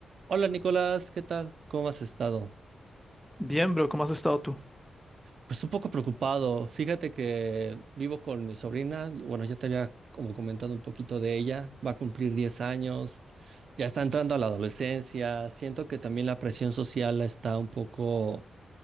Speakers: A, on the right; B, in the centre.
A: Hola Nicolás, ¿qué tal? ¿Cómo has estado?
B: Bien, bro, ¿cómo has estado tú?
A: Pues un poco preocupado. Fíjate que vivo con mi sobrina. y Bueno, ya te había como comentado un poquito de ella. Va a cumplir 10 años. Ya está entrando a la adolescencia. Siento que también la presión social la está un poco,